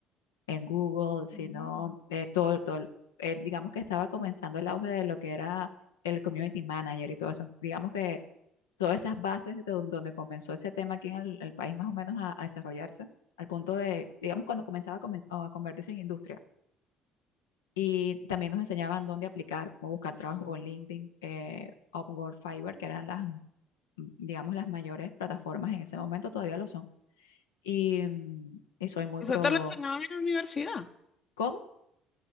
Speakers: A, on the left; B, on the left.
A: en Google, sino
B: Mm.
A: eh, todo, todo el- el- digamos que estaba comenzando el auge de lo que era el community manager y todo eso. Digamos que todas esas bases de don- donde comenzó ese tema aquí en el, el país más o menos a, a desarrollarse, al punto de, digamos, cuando comenzaba a, comen- a convertirse en industria. Y también nos enseñaban dónde aplicar, cómo buscar trabajo por LinkedIn, eh, Upwork, Fiverr, que eran las, mm, digamos, las mayores plataformas en ese momento, todavía lo son. Y, mm, y soy muy
B: Eso
A: pro.
B: te lo enseñaron en la universidad.
A: ¿Cómo?